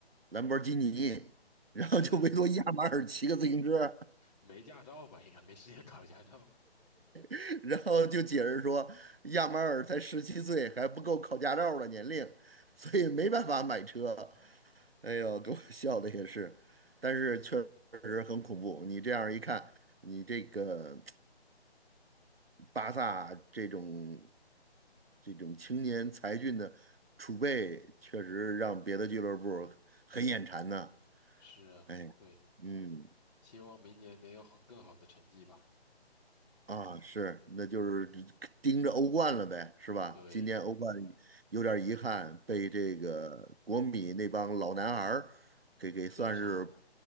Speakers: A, on the right; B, on the left.
A: 兰博基尼，然后就唯独亚马尔骑个自行车，
B: 是没驾照吧？应该没时间 <laughs> 考驾照。
A: <laughs> 然后就解释说亚马尔才十七岁，
B: 是
A: 还不够考驾照的年龄，所以没办法买车。哎呦，给我笑的也是，但是确实很恐怖。你这样一看，你这个巴萨这种这种青年才俊的储备，确实让别的俱乐部很眼馋呢。
B: 是啊，
A: 哎，
B: 对，
A: 嗯。
B: 希望明年能有好更好的成绩吧。
A: 啊，是，那就是盯着欧冠了呗，是吧？
B: 对，
A: 今年欧冠有点遗憾，被这个国米那帮老男孩儿给给算是
B: 是绝杀了，